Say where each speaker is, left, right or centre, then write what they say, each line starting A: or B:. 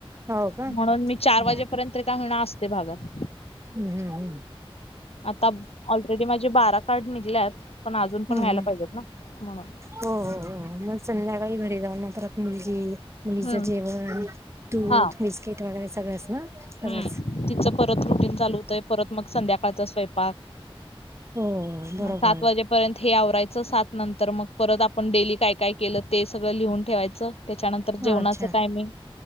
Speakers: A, on the right; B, on the left.
A: हो का हम्
B: म्हणून मी चार वाजेपर्यंत काय होणार असते भागात
A: हम्म हम्म. ह.
B: आता ऑलरेडी माझे बारा कार्ड निघले आहेत पण अजून पण
A: हम्म
B: व्हायला
A: हम्म
B: पाहिजेत ना. म्हणून
A: हो हो मग संध्याकाळी घरी जाऊन ना परत मुलगी मुलीचं
B: हम्म
A: जेवण दूध
B: हा
A: बिस्किट वगैरे सगळंच ना. सगळंच
B: हम्म तिचं परत रुटीन चालू होतंय परत मग संध्याकाळचा स्वयंपाक
A: हो बरोबर
B: ह सात वाजे पर्यंत हे आवरायचं सात नंतर मग परत आपण डेली काय काय केलं ते सगं लिहून ठेवायचं. त्याच्यानंतर जेवणाच
A: अच्छा
B: टायमिंग